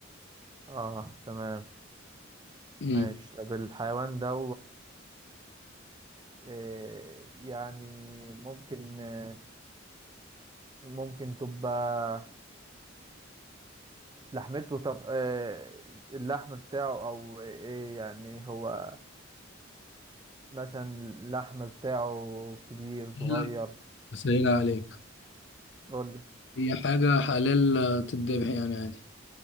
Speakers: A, on the right; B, on the left.
A: اه تمام
B: مم.
A: ماشي طب الحيوان ده إيه يعني ممكن آه، ممكن تبقى لحمته طب آه، اللحم بتاعه او ايه يعني هو مثلا اللحم بتاعه كبير
B: سهيلة
A: صغير
B: سهيلة عليك
A: قول لي
B: هي حاجة حلال آه، تتذبح يعني عادي